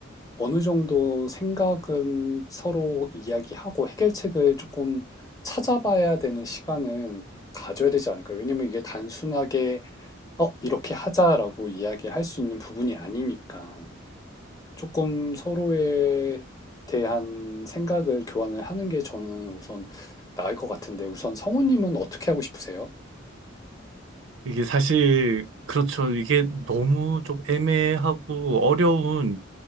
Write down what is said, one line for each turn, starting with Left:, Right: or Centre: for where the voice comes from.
Left: 어느 정도 생각은 서로 이야기하고 해결책을 조금 찾아봐야 되는 시간은 가져야 되지 않을까요? 왜냐면 이게 단순하게 어, 이렇게 하자라고 이야기할 수 있는 부분이 아니니까. 조금 서로에 대한 생각을 교환을 하는 게 저는 우선 나을 것 같은데 우선 성우님은 어떻게 하고 싶으세요?
Right: 이게 사실 그렇죠. 이게 너무 좀 애매하고 어려운